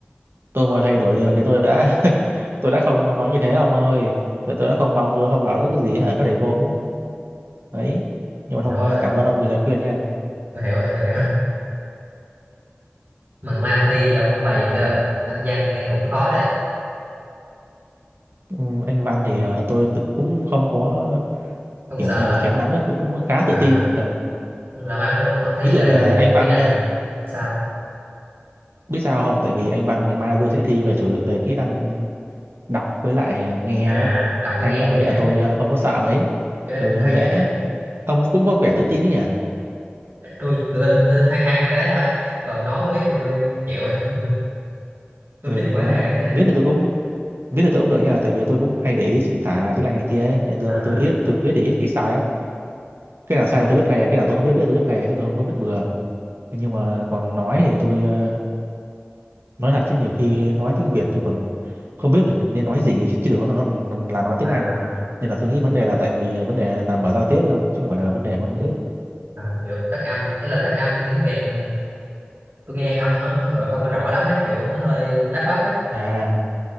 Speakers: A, on the right; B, on the right.
A: tôi mà thay đổi được thì tôi đã <laughs> tôi đã không nói như thế ông ơi tôi tôi đã không mong tôi đã không bảo ước gì ở các thầy cô cũng ấy nhưng mà
B: hiểu rồi
A: thôi cảm ơn ông vì lời khuyên nha
B: tôi hiểu rồi tôi hiểu mà mai ông thi ông ông bài gì
A: Ờ,
B: chưa anh văn nghe cũng khó đấy
A: <laughs> ừ, anh Văn thì ờ, tôi tự cũng không có
B: không
A: kiểu
B: sợ
A: như
B: hả
A: là kém lắm ấy tôi cũng khá tự
B: à
A: tin Ờ,
B: là mai ông thi, ông thi
A: ví dụ
B: là
A: như
B: về
A: là anh Văn
B: kỹ năng
A: ờ,
B: nào sao
A: biết sao không tại vì anh Văn ngày mai tôi sẽ thi về chủ về kỹ năng đọc với lại ờ, nghe
B: à
A: á.
B: đọc với
A: hai
B: nghe
A: kỹ năng
B: thì
A: đấy
B: dễ
A: là tôi ờ, không có sợ mấy
B: cái đó
A: ừ
B: cũng khá
A: nó
B: dễ
A: dễ
B: nè.
A: ông cũng có vẻ tự tin đấy nhỉ
B: tôi tự tin tôi, hai hai hai cái đấy thôi còn nói viết thì tôi chịu <laughs> tôi
A: ừ
B: biết
A: thì
B: mỗi
A: đó
B: hai cái đấy à,
A: viết thì tôi cũng viết thì tôi cũng được nha tại vì tôi cũng hay để ý chính tả tiếng Anh này kia ấy. nên tôi
B: à,
A: tôi ít tôi viết thì ít khi sai lắm cái nào sai là tôi biết ngay à, cái nào tôi không biết viết là tôi biết ngay à, chứ tôi không có biết bừa nhưng mà còn nói thì tôi ờ, nói thật chứ nhiều khi nói tiếng Việt tôi còn không biết mình nên nói gì chứ, chứ đừng nói là nó là nói tiếng
B: à,
A: Anh nên là tôi nghĩ vấn đề là tại vì vấn đề nằm ở giao tiếp ấy không chứ không phải là vấn đề ngôn ngữ
B: à, kiểu phát âm ấy là phát âm tiếng Việt ừ, tôi nghe ông nó cũng cỡ không có rõ lắm ấy kiểu nó hơi lắp bắp ấy
A: à